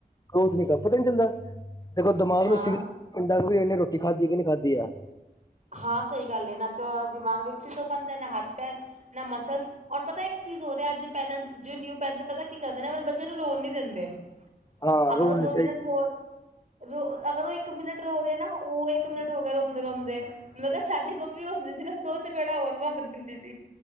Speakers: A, on the left (about 25°); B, on the right (about 45°).
A: ਗ੍ਰੋਥ ਨੀ ਕਰ, ਪਤਾ ਨੀ ਚੱਲਦਾ। ਦੇਖੋ ਦਿਮਾਗ
B: ਹਾਂ
A: ਨੂੰ ਸਿਗਨਲ ਨੀ ਮਿਲ਼ਦਾ, ਇਹਨੇ ਰੋਟੀ ਖਾਧੀ ਕਿ ਨਹੀਂ ਖਾਧੀ ਆ।
B: ਹਾਂ, ਸਹੀ ਗੱਲ ਏ ਨਾ ਤੇ ਓਦਾ ਦਿਮਾਗ ਵਿਕਸਿਤ ਹੋ ਪਾਂਦੇ, ਨਾ ਹੱਥ ਪੈਰ, ਨਾ ਮਸਲ ਔਰ ਪਤਾ ਇੱਕ ਚੀਜ਼ ਹੋਰ ਐ, ਅੱਜ ਦੇ ਪੇਰੈਂਟਸ, ਜੋ ਨਿਊ ਪੇਰੈਂਟਸ ਨੇ, ਪਤਾ ਕੀ ਕਰਦੇ ਨੇ, ਆਪਣੇ ਬੱਚਿਆਂ ਨੂੰ ਰੋਣ ਨੀ ਦਿੰਦੇ।
A: ਹਾਂ
B: ਅਗਰ
A: ਰੋਣ
B: ਉਹ ਦੋ ਮਿੰਟ ਹੋਰ ਰੋ, ਅਗਰ ਉਹ ਇੱਕ ਇੱਕ ਮਿੰਟ ਰੋ ਰਹਾ ਨਾ, ਉਹ ਇੱਕ ਮਿੰਟ ਹੋ ਗਿਆ ਰੋਂਦੇ-ਰੋਂਦੇ। ਮਗਰ ਸਾਡੀ ਮੰਮੀ ਹੁੰਦੀ ਸੀ ਨਾ, ਦੋ ਚਪੇੜਾਂ ਹੋਰ ਮਾਰ ਦਿੰਦੀ ਸੀ।